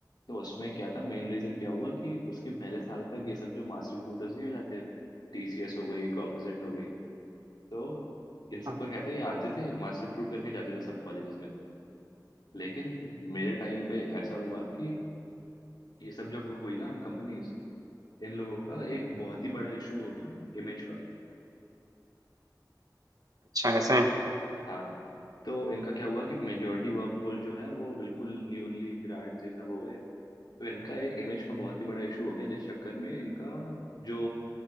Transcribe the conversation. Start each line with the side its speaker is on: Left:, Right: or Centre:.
Left: तो उसमें क्या था मेन रीजन क्या हुआ कि उसके पहले साल तक ये सब जो मास रिक्रूटर्स नहीं हो जाते टीसीएस हो गई कॉग्निजेंट हो गई तो इन सब
Right: हाँ,
Left: का कहते हैं ये आते थे मास रिक्रूट करके जाते थे सब कॉलेजेस में से लेकिन मेरे टाइम पे ऐसा हुआ कि ये सब जो हुई ना कंपनीज इन लोगों का एक बहुत ही बड़ा इशू हो गया इमेज का
Right: अच्छा ऐसा है
Left: हाँ तो इनका क्या हुआ कि मेजोरिटी वर्कफोर्स जो है वो बिल्कुल न्यूली ग्रेड ये सब हो गए तो इनका एक इमेज का बहुत ही बड़ा इशू हो गया जिस चक्कर में इनका जो